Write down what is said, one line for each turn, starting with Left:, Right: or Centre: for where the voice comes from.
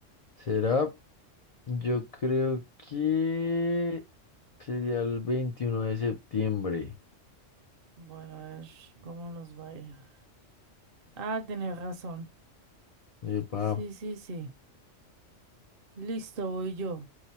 Left: ¿Será? Yo creo que sería el 21 de septiembre.
Right: Bueno, a ver cómo nos vaya. Ah, tenés razón.
Left: Epa,
Right: Sí, sí, sí. Listo, voy yo.